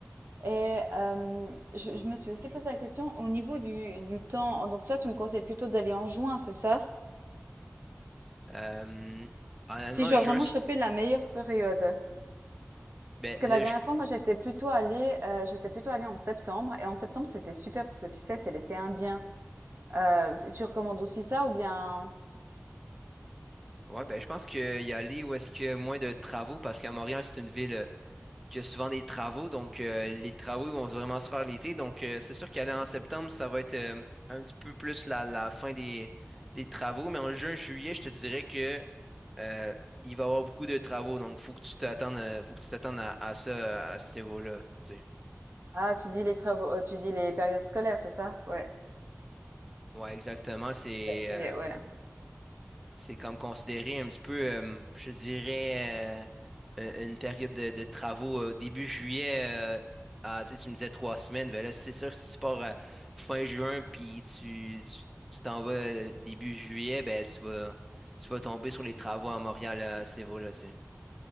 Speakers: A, on the right; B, in the centre.
A: et hem, je je me suis aussi posé la question au niveau du du temps. Donc toi, tu me conseilles plutôt d'aller en juin, c'est ça?
B: Euh, honnêtement,
A: Si je dois
B: je
A: vraiment choper la meilleure période.
B: ben,
A: Parce que
B: là,
A: la dernière
B: je,
A: fois, moi, j'étais plutôt allée, heu, j'étais plutôt allée en septembre et en septembre, c'était super parce que tu sais, c'est l'été indien. Heu, tu tu recommandes aussi ça ou bien?
B: ouais, ben, je pense qu'il y a aller où est-ce qu'il y a moins de travaux parce qu'à Montréal, c'est une ville. qu'il y a souvent des travaux. Donc, euh, les travaux ils vont vraiment se faire l'été. Donc, euh, c'est sûr qu'aller en septembre, ça va être euh, un petit peu plus la, la fin des, des travaux. Mais en juin, juillet, je te dirais que euh, il va y avoir beaucoup de travaux. Donc, faut que tu t'attendes, euh, faut que tu t'attendes à, à ça, à ce niveau-là. tu sais.
A: Ah, tu dis les travaux, euh, tu dis les périodes scolaires, c'est ça? Ouais.
B: Ouais, exactement. C'est,
A: C'est c'est
B: euh,
A: les, ouais.
B: C'est comme considéré un petit peu, euh, je dirais, euh, un- une période de, de travaux euh, début juillet. euh, à, tu sais, tu me disais trois semaines. Ben là, c'est sûr que si tu pars à fin juin puis tu, tu, tu t'en vas euh, début juillet, ben tu vas, tu vas tomber sur les travaux à Montréal euh, à ce niveau-là, tu sais.